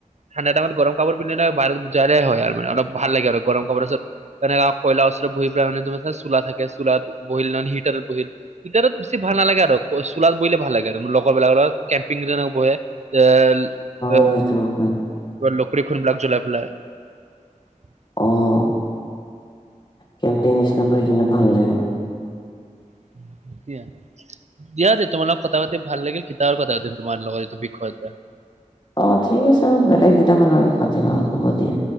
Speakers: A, on the right (about 60°); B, on the left (about 35°).
A: ঠাণ্ডাটাইমত গৰম কাপোৰ পিন্ধিলে <unintelligible> হয়, আৰু মানে অলপ ভাল লাগে আৰু গৰম কাপোৰৰ পিছত তেনেকা কয়লা ওচৰত বহি পেলাই মানে তোমাৰ চোলা থাকে চোলাত বহি নহয় হিটাৰত বহি হিতাৰত বেছি ভাল নালাগে আৰু চোলাত বহিলে ভাল লাগে আৰু লগৰবিলাকৰ লগ কেম্পিং <unintelligible> যেনে বহে। <unintelligible>
B: অ', সেইটো হয়।
A: <unintelligible>
B: উম, কেম্পিং নিচিনা পঢ়ি কিনে ভাল লাগে।
A: <unintelligible> দিয়া দে তোমাৰ লগত কথা পাতি ভাল লাগিল, কেতিয়াবা কথা পাতিম তোমাৰ লগত এইটো বিষয়ত।
B: অ', ঠিক আছে ম বেলেগ দিনাখন আমি পাতিম আৰু হ'ব দিয়া।